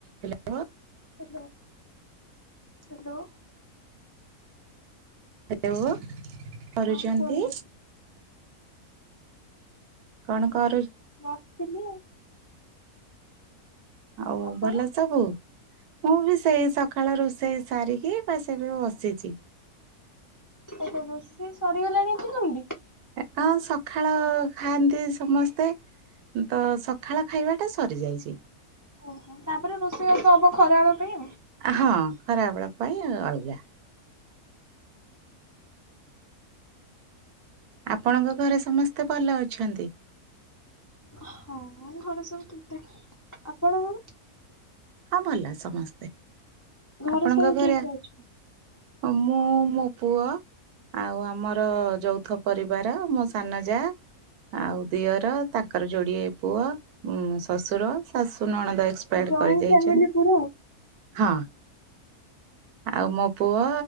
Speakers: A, on the right; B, on the left.
A: Hello.
B: Hello hello.
A: Hello କରୁଚନ୍ତି।
B: ହଁ କୁହନ୍ତୁ
A: କଣ କରୁ
B: ବସଥିଲି ଆଉ।
A: ଆଉ
B: ଆପଣ?
A: ଭଲ ସବୁ? ମୁଁ ବି ସେଇ ସଖାଳ ରୋଷେଇ ସାରିକି ବାସ୍ ଏବେ ବସିଛି।
B: ଓ ହୋ ହୋ ରୋଷଇ ସରିଗଲାଣି ଏତେ ଜଲଦି।
A: ହଁ ସଖାଳ ଖାଆନ୍ତି ସମସ୍ତେ। ତ ସଖାଳ ଖାଇବାଟା ସରିଯାଇଛି।
B: ଓହୋ ତାପରେ ରୋଷେଇବାସ ହବ ଖରା ବେଳ ପାଇଁ ଆଉ
A: ହଁ ଖରାବେଳ ପାଇଁ ଅଲଗା। ଆପଣଙ୍କ ଘରେ ସମସ୍ତେ ଭଲ ଅଛନ୍ତି?
B: ହଁ ଘରେ ସବୁ ଠିକ ଠାକ୍ ଆପଣଙ୍କର?
A: ହଁ ଭଲ ସମସ୍ତେ
B: ଘରେ
A: ଆପଣଙ୍କ
B: ସବୁ
A: ଘରେ?
B: କିଏ କିଏ ଅଛନ୍ତି?
A: ମଁ ମୋ ପୁଅ। ଆଉ ଆମର ଯୌଥ ପରିବାର ମୋ ସାନ ଯା ଆଉ ଦିଅର ତାଙ୍କର ଯୋଡିଏ ପୁଅ ଉ ଶଶୁର ଶାଶୁ ନଣନ୍ଦ ଏକ୍ସପାୟାର୍ଡ
B: ଜଏଣ୍ଟ
A: କରିଯାଇଛନ୍ତି।
B: ଫ୍ୟାମିଲି ପୁରା।
A: ହଁ। ଆଉ ମୋ ପୁଅ